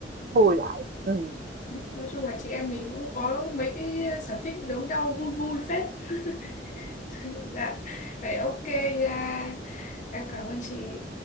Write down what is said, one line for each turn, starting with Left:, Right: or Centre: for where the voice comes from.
Left: đó
Right: vui lại ừ.
Left: nói chung là chị em mình cũng có mấy cái sở thích giống nhau vui vui phết <laughs> dạ vậy ok nha em cảm ơn chị